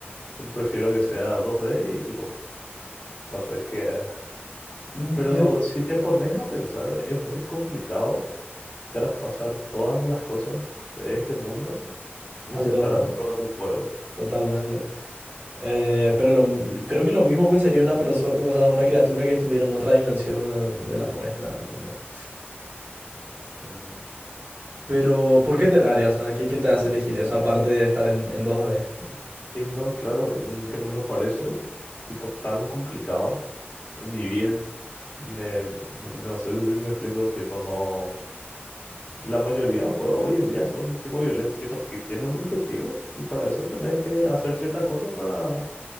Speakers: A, on the left (about 25°); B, on the right (about 40°).
A: prefiero que sea dos d y tipo, no sé qué.
B: M-
A: Pero
B: Me...
A: si te pones a pensar, es muy complicado traspasar todas las cosas de este mundo, insertarlas
B: Al 2 ¿eh?
A: dentro de un juego.
B: Totalmente. Eh, pero lo mu- creo que lo mismo pensaría una persona, o sea, una criatura que estuviera en otra dimensión de, de la nuestra, ¿entendés?
A: Mm.
B: Pero, ¿por qué Terraria? O sea, ¿qué, qué te hace elegir eso aparte de estar en, en 2D?
A: Y no, claro, mm, que no me parece tipo tan complicado vivir. Me, me- no sé si me explico, tipo, no. La mayoría de juegos hoy en día son tipo violentos, tipo, que tienen un objetivo y para eso tenés que hacer cierta cosa para,